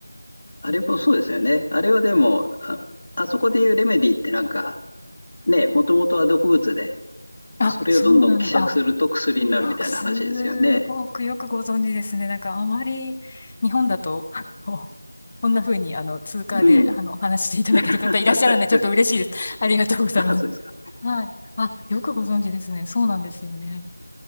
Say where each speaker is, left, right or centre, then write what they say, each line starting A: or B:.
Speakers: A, on the left; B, on the left.
A: で
B: あれもそうですよね。あれはでも、あ、あそこでいうレメディってなんか、ね、もともとは毒物で、
A: あ、
B: それをどんどん希釈すると薬になるみたいな話ですよね。
A: そうなんです。あ、よく、すごくよくご存知ですね。なんか、あまり日本だと、<laughs> あのこんな風に、あの、通貨で、
B: うん。
A: あの、お話ししていただける方いらっしゃらない。
B: <laughs>
A: ちょっと嬉しいです。ありがとうございます。
B: あ、そうですか。
A: はい。あ、よくご存知ですね。そうなんですよね。